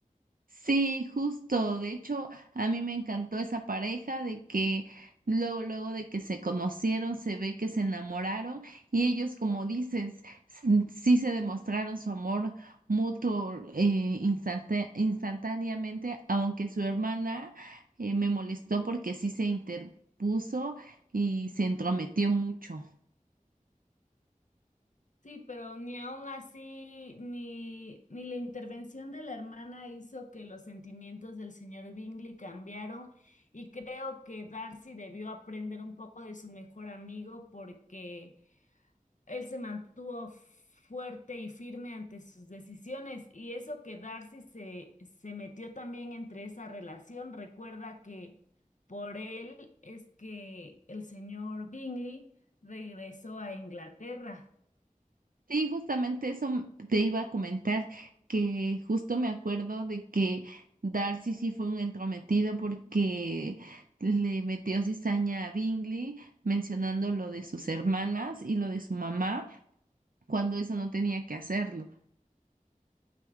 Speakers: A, on the right; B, on the left.
A: Sí, justo. De hecho, a mí me encantó esa pareja de que luego, luego de que se conocieron, se ve que se enamoraron y ellos, como dices, s- sí se demostraron su amor mutuo eh, instante- instantáneamente, aunque su hermana eh, me molestó porque sí se interpuso y se entrometió mucho.
B: Sí, pero ni aun así, ni, ni la intervención de la hermana hizo que los sentimientos del señor Bingley cambiaron y creo que Darcy debió aprender un poco de su mejor amigo porque él se mantuvo fuerte y firme ante sus decisiones y eso que Darcy se, se metió también entre esa relación, recuerda que por él es que el señor Bingley regresó a Inglaterra.
A: Sí, justamente eso m- te iba a comentar, que justo me acuerdo de que Darcy sí fue un entrometido porque le metió cizaña a Bingley mencionando lo de sus hermanas y lo de su mamá, cuando eso no tenía que hacerlo.